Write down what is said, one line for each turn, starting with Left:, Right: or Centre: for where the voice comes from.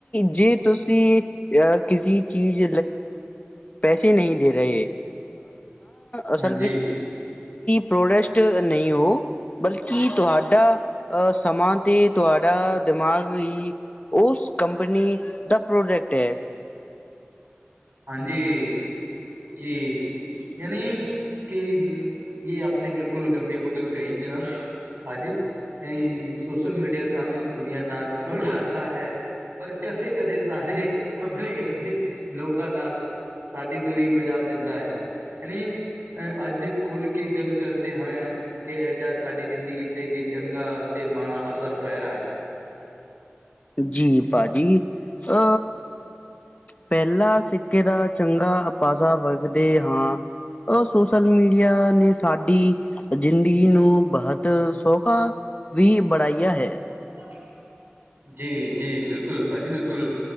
Left: کہ تسی کسی چیز پیسے نہیں دے رہے اصل
Right: ہاں جی
Left: پروڈسٹ نہیں ہو بلکہ تڈا ا سماں تڈا دماغ ہی اس کمپنی کا پروڈکٹ ہے
Right: ہاں جی جی یعنی کہ یہ آپ نے بالکل گمبھیر بگل کہی جناب با جی یہ سوشل میڈیا سان دنیا ن جوڑاتا ہے پر کدے کدے ساارے اپنے کرتے لوگ ن سی دوری بجا دا ہے نی ا اج کل کے گل کرتے ہیں کہ ایڈا سی زندی ت کہ چنگا ت ماڑا اثر پے رہا ہے
Left: جی با جی ا پہلا سکے کا چنگا اپاسا وکھتے ہاں اور سوشل میڈیا نے سی زندگی ن بہت سوکھا بھی بڑایا ہے
Right: <inaudible> جی جی بالکل باجی بالکل